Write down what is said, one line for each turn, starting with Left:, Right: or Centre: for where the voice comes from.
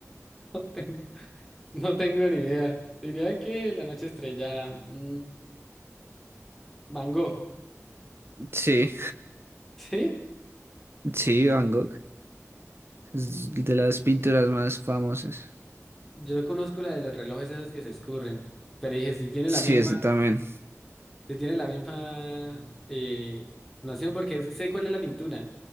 Centre: no tengo, no tengo ni idea. Diría que la noche estrella, mm, Van Gogh,
Right: Sí,
Centre: <laughs> ¿sí?
Right: sí, Van Gogh. Es de las pinturas más famosas.
Centre: Yo conozco la de los relojes esos que se escurren, pero dije, si tiene
Right: Sí,
Centre: la misma.
Right: ese también.
Centre: Se tiene la misma eh, noción porque sé cuál es la pintura,